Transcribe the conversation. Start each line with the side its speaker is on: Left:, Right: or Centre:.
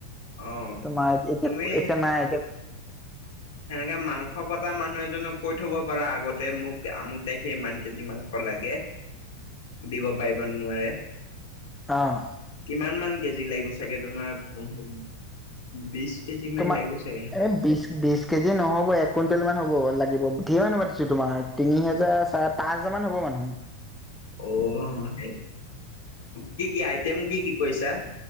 Left: অ
Centre: তোমাৰ,
Left: তুমি
Centre: এতিয়া নাই এতিয়া
Left: সেনেকে মাংস কটা মানুহ এজনক কৈ থব পাৰা আগতে মোক আমুক তাইখে ইমান কেজি মাংস লাগে দিব পাৰিব নোৱাৰে
Centre: অহ
Left: কিমান মান কেজি লাগিব চাগে তোমাৰ পোন্ধৰ বিশ কেজি মান
Centre: তোমাৰ,
Left: লাগিব চাগে ন
Centre: এ বিছ বিছ কেজি নহ'ব এক কুইণ্টেল মান হ'ব লাগিব, ধেৰ মানুহ পাতিছো তোমাৰ তিনি হাজাৰ চাৰে পাঁচ হাজাৰ মান হ'ব মান উ
Left: অ সেই কি কি আইটেম কি কি কৰিছা?